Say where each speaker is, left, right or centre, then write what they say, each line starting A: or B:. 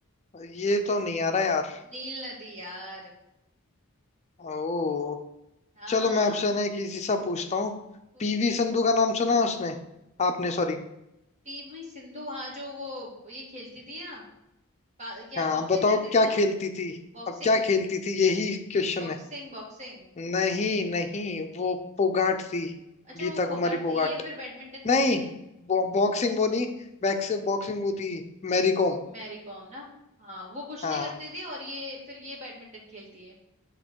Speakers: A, on the left; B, on the right.
A: ये तो नहीं आ रहा यार
B: नील नदी यार
A: ओ
B: हाँ
A: चलो मैं आपसे ना एक इजी सा पूछता हूँ
B: पूछ
A: पीवी संधू का नाम सुना है उसने आपने सॉरी
B: पीवी सिंधु हाँ जो वो ये खेलती थी ना पा- क्या
A: हाँ
B: बॉक्सिंग
A: बताओ
B: करती
A: क्या
B: थी ना
A: खेलती थी
B: Boxing
A: अब क्या खेलती थी यही क्वेश्चन
B: boxing
A: है
B: boxing
A: नहीं नहीं वो फोगाट थी
B: अच्छा
A: गीता
B: वो फोगाट
A: कुमारी फोगाट
B: ये फिर बैडमिंटन खेलती
A: नहीं
B: है
A: बॉ, बॉक्सिंग वो नहीं बैक्स बॉक्सिंग वो थी मैरी कॉम
B: मैरी कॉम ना हाँ वो कुश्ती
A: हाँ
B: करती थी और ये फिर ये बैडमिंटन खेलती है